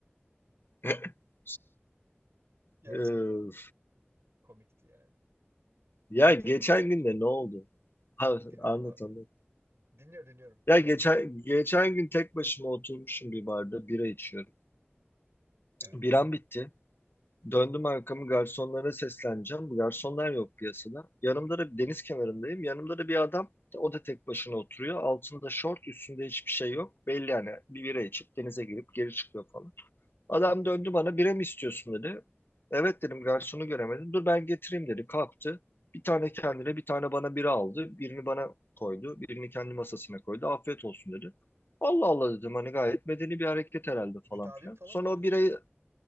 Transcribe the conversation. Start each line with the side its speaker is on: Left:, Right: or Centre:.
Left: <laughs>
Right: Gerçekten
Left: Ee,
Right: komikti yani.
Left: ya
Right: Bir kere
Left: geçen
Right: de bana...
Left: gün de ne oldu?
Right: Heh,
Left: Ha,
Right: dinliyorum
Left: anlat
Right: abi.
Left: anlat.
Right: Dinliyor dinliyorum. Seni
Left: Ya geçen,
Right: dinliyorum.
Left: geçen gün tek başıma oturmuşum bir barda bira içiyorum.
Right: Evet.
Left: Biram bitti. Döndüm arkamı garsonlara sesleneceğim. Garsonlar yok piyasada. Yanımda da deniz kenarındayım. Yanımda da bir adam. O da tek başına oturuyor. Altında şort, üstünde hiçbir şey yok. Belli yani bir bira içip denize girip geri çıkıyor falan. Adam
Right: Hı hı.
Left: döndü bana bira mı istiyorsun dedi. Evet dedim garsonu göremedim. Dur ben getireyim dedi. Kalktı. Bir tane kendine bir tane bana bira aldı. Birini bana koydu. Birini kendi masasına koydu. Afiyet olsun dedi. Allah Allah dedim hani gayet medeni bir hareket herhalde
Right: Müdavim
Left: falan filan.
Right: falan
Left: Sonra
Right: herhalde
Left: o birayı
Right: yani.